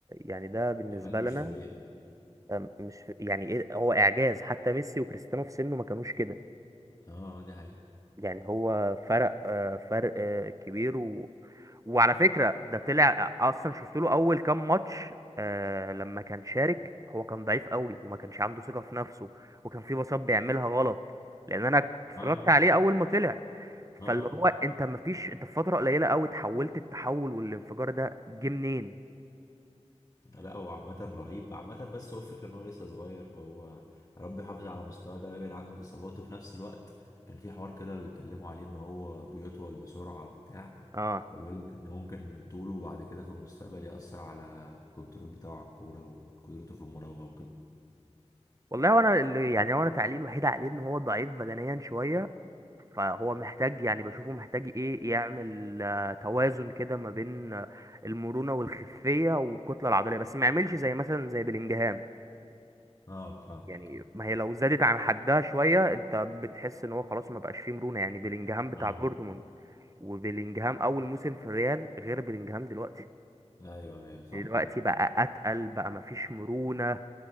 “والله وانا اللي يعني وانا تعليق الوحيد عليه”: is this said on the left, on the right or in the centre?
Right